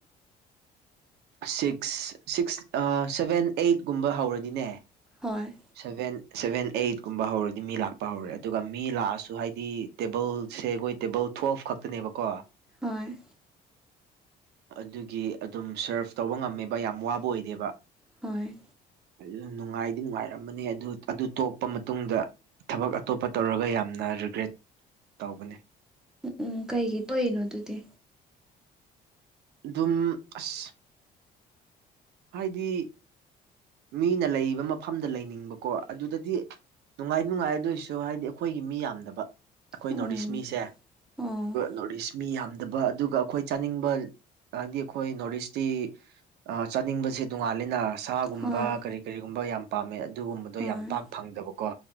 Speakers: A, on the right; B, in the centre.
A: ꯁꯤꯛꯁ ꯁꯤꯛꯁ ꯁꯚꯦꯟ ꯑꯩꯠꯀꯨꯝꯕ ꯍꯧꯔꯗꯤꯅꯦ
B: ꯍꯣꯏ
A: ꯁꯚꯦꯟ ꯁꯚꯦꯟ ꯑꯩꯠꯀꯨꯝꯕ ꯍꯧꯔꯗꯤ ꯃꯤ ꯂꯥꯛꯄ ꯍꯧꯔꯦ ꯑꯗꯨꯒ ꯃꯤ ꯂꯥꯛꯑꯁꯨ ꯍꯥꯏꯗꯤ ꯇꯦꯕꯜꯁꯦ ꯑꯩꯈꯣꯏ ꯇꯦꯕꯜ ꯊꯣꯐ ꯈꯛꯇꯅꯦꯕꯀꯣ
B: ꯍꯣꯏ
A: ꯑꯗꯨꯒꯤ ꯑꯗꯨꯝ ꯁꯔꯞ ꯇꯧꯕ ꯉꯝꯃꯦꯕ ꯌꯥꯝ ꯋꯥꯕ ꯑꯣꯏꯗꯦꯕ
B: ꯍꯣꯏ
A: ꯑꯗꯨ ꯅꯨꯡꯉꯥꯏꯗꯤ ꯅꯨꯡꯉꯥꯏꯔꯝꯕꯅꯦ ꯑꯗꯨ ꯑꯗꯨ ꯇꯣꯛꯄ ꯃꯇꯨꯡꯗ ꯊꯕꯛ ꯑꯇꯣꯞꯄ ꯇꯧꯔꯒ ꯌꯥꯝꯅ ꯔꯤꯒ꯭ꯔꯦꯠ ꯇꯧꯕꯅꯦ
B: ꯎꯝ ꯎꯝ ꯀꯩꯒꯤ ꯇꯣꯛꯏꯅꯣ ꯑꯗꯨꯗꯤ
A: ꯑꯗꯨꯝ ꯑꯁ ꯍꯥꯏꯗꯤ ꯃꯤꯅ ꯂꯩꯕ ꯃꯐꯝꯗ ꯂꯩꯅꯤꯡꯕꯀꯣ ꯑꯗꯨꯗꯗꯤ ꯅꯨꯡꯉꯥꯏ ꯅꯨꯡꯉꯥꯏ ꯑꯗꯨꯏꯁꯨ ꯍꯥꯏꯗꯤ ꯑꯩꯈꯣꯏꯒꯤ ꯃꯤ ꯌꯥꯝꯗꯕ ꯑꯩꯈꯣꯏ
B: ꯎꯝ
A: ꯅꯣꯔꯠ ꯏꯁ ꯃꯤꯁꯦ
B: ꯑꯣ
A: ꯅꯣꯔꯠ ꯏꯁ ꯃꯤ ꯌꯥꯝꯗꯕ ꯑꯗꯨꯒ ꯑꯩꯈꯣꯏ ꯆꯥꯅꯤꯡꯕ ꯑꯗꯤ ꯑꯩꯈꯣꯏ ꯅꯣꯔꯠ ꯏꯁꯇꯤ ꯆꯥꯅꯤꯡꯕꯁꯦ ꯣꯡꯉꯥꯂꯦꯅ ꯁꯥꯒꯨꯝꯕ
B: ꯍꯣꯏ
A: ꯀꯔꯤ ꯀꯔꯤꯒꯨꯝꯕ ꯌꯥꯝ ꯄꯥꯝꯃꯦ ꯑꯗꯨꯒꯨꯝꯕꯗꯣ
B: ꯍꯣꯏ
A: ꯌꯥꯝ ꯄꯥꯛ ꯐꯪꯗꯕꯀꯣ